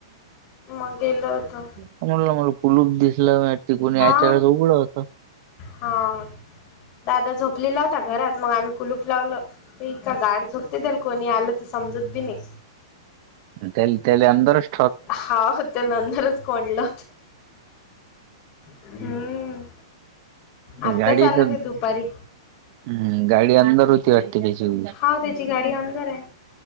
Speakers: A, on the left; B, on the right.
A: मग गेलं होतो.
B: म्हटलं, मला कुलूप दिसल नाही. तर कोणी
A: हा
B: यायच्या वेळी उघड होत.
A: हा दादा झोपलेला घरात मग आम्ही कुलूप लावलं. तर इतका गाढ झोपतेती. कोणी आलं तर समजत बी नाही.
B: तेल तेल अंदर अस
A: हा हो त्या नंतरच कोणलं. हम्म, आताच
B: गाडी
A: आलं
B: तर
A: ते दुपारी.
B: हम्म, गाडी अंदर होती वाटते त्याची व
A: हा त्याची गाडी अंदर आहे